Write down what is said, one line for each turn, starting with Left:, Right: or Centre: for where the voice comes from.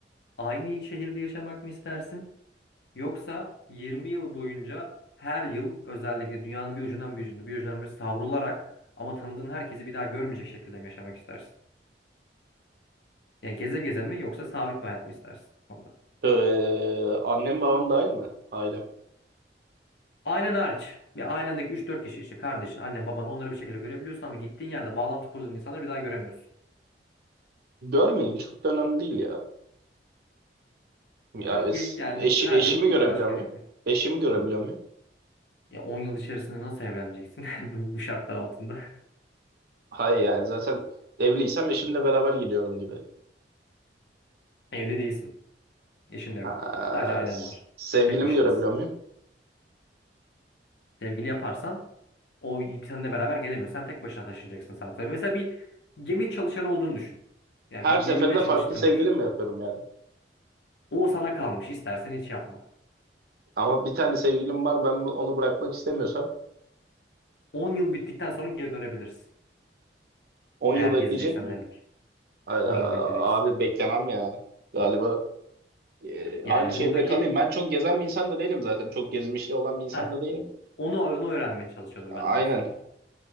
Left: aynı şehirde yaşamak mı istersin? Yoksa 20 yıl boyunca her yıl özellikle dünyanın bir ucundan bir ucuna bir ucundan bir savrularak ama tanıdığın herkesi bir daha görmeyecek şekilde mi yaşamak istersin? Yani geze geze mi yoksa sabit bir hayat mı istersin bu konuda?
Right: Ee, annem babam dahil mi? Ailem.
Left: Ailen hariç. Bir ailendeki üç dört kişi işte kardeşin, annen, baban onları bir şekilde görebiliyorsun ama gittiğin yerde bağlantı kurduğun insanları bir daha göremiyorsun.
Right: Görmeyeyim çok da önemli değil ya. Ya
Left: Ama
Right: es-
Left: ge- yani
Right: eşi,
Left: her
Right: eşimi
Left: yıl ge-
Right: görebiliyor
Left: başka
Right: muyum?
Left: yere gitmek.
Right: Eşimi görebiliyor muyum?
Left: Ya 10 yıl içerisinde nasıl evleneceksin <laughs> bu, bu şartlar altında?
Right: Hayır yani zaten evliysem eşimle beraber gidiyorum gibi.
Left: <laughs> Evli değilsin. Eşin de yok.
Right: Ha,
Left: Sadece ailen
Right: s-
Left: var.
Right: sevgilimi
Left: Tek başınız.
Right: görebiliyor muyum?
Left: Sevgili yaparsan o seninle beraber gelemiyor. Sen tek başına taşınacaksın sadece. Mesela bir gemi çalışanı olduğunu düşün. Yani
Right: Her
Left: bir gemide
Right: seferinde
Left: çalıştığını
Right: farklı sevgilim
Left: düşün.
Right: mi yapıyorum yani?
Left: O sana kalmış. İstersen hiç yapma.
Right: Ama bir tane sevgilim var ben onu bırakmak istemiyorsam
Left: 10 yıl bittikten sonra geri dönebilirsin.
Right: 10
Left: Eğer
Right: yıl
Left: gezeceksen
Right: bekleyecek miyim?
Left: her ülke.
Right: Ay,
Left: 10 yıl bekleyeceksin.
Right: abi beklemem ya galiba. e,
Left: Yani
Right: aynı şehirde
Left: buradaki
Right: kalayım. Ben çok gezen bir insan da değilim zaten. Çok gezmişliği olan bir insan
Left: Heh,
Right: da değilim.
Left: onu, onu öğrenmeye çalışıyordum
Right: Aynen.
Left: ben de aslında.